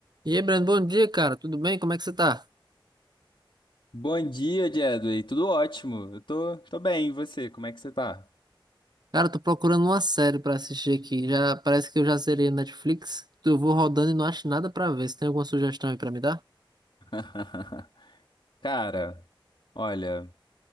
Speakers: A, on the right; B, on the left.
A: E aí, Brando, bom dia, cara. Tudo bem? Como é que você tá?
B: Bom dia, Jedway. Tudo ótimo. Eu tô, tô bem. E você? Como é que você tá?
A: Cara, eu tô procurando uma série pra assistir aqui. Já parece que eu já zerei a Netflix. Eu vou rodando e não acho nada pra ver. Você tem alguma sugestão aí pra me dar?
B: <laughs> Cara, olha,